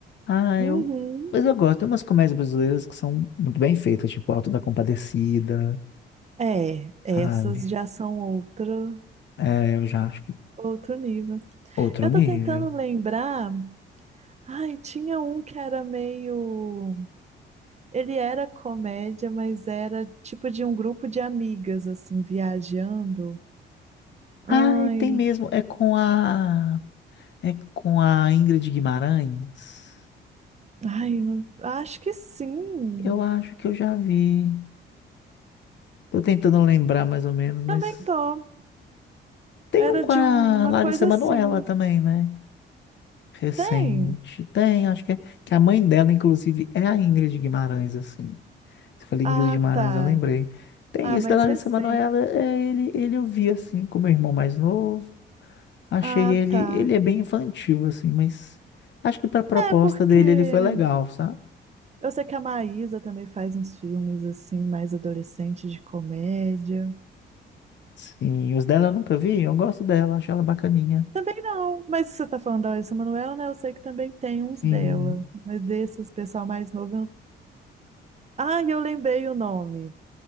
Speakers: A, on the left; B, on the right.
A: Ah,
B: Uhum.
A: eu. Mas eu gosto. Tem umas comédias brasileiras que são muito bem feitas, tipo Auto da Compadecida,
B: É,
A: sabe?
B: essas já são outra,
A: É, eu já acho que
B: outro nível.
A: outro
B: Eu
A: nível.
B: tô tentando lembrar. Ai, tinha um que era meio. Ele era comédia, mas era tipo de um grupo de amigas, assim, viajando. Ai,
A: Ah, e tem mesmo. É com a. É com a Ingrid Guimarães.
B: ai, não- acho que sim.
A: Eu acho que eu já vi. Tô tentando lembrar mais ou menos, mas.
B: Também tô.
A: Tem
B: Era
A: um com
B: de
A: a
B: uma
A: Larissa
B: coisa
A: Manoela
B: assim.
A: também, né? Recente.
B: Tem?
A: Tem, acho que é. Que a mãe dela, inclusive, é a Ingrid Guimarães, assim. Você falou
B: Ah,
A: Ingrid Guimarães,
B: tá.
A: eu lembrei. Tem
B: Ah,
A: esse
B: mais
A: da Larissa
B: recente.
A: Manoela, é, ele, ele eu vi assim com meu irmão mais novo. Achei
B: Ah,
A: ele,
B: tá.
A: ele é bem infantil assim, mas acho que para proposta
B: É, porque
A: dele ele foi legal, sabe?
B: eu sei que a Maísa também faz uns filmes assim, mais adolescentes de comédia.
A: Sim, os dela eu nunca vi, eu gosto dela, acho ela bacaninha.
B: Também não, mas você tá falando da Larissa Manoela, né? Eu sei que também tem uns
A: Sim.
B: dela. Mas desses, pessoal mais novo, eu Ah, eu lembrei o nome.